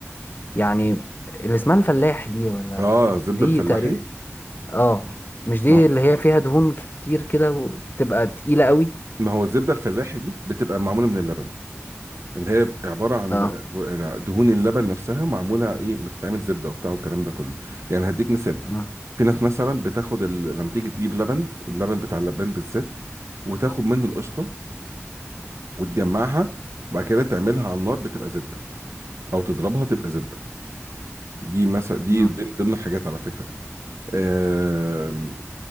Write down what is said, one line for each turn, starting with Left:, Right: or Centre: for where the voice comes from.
Left: يعني اللي اسمها الفلاح دي ولا
Right: اه الزبده
Left: دي
Right: الفلاحي
Left: تقريبا اه مش دي
Right: ما هو
Left: اللي هي فيها دهون كتير كده وتبقى تقيلة قوي
Right: ما هو الزبده الفلاحي دي بتبقى معموله من اللبن اللي هي عباره عن
Left: اه
Right: ب- دهون اللبن نفسها معموله ايه بتتعمل زبده وبتاع والكلام ده كله يعني هديك مثال
Left: اه
Right: في ناس مثلا بتاخد ال... لما تيجي تجيب لبن اللبن بتاع اللبان بالذات وتاخد منه القشطه وتجمعها وبعد كده تعملها على النار بتبقى زبده او تضربها تبقى زبده دي مثلا دي
Left: مم.
Right: ضمن ضمن الحاجات على فكره آم،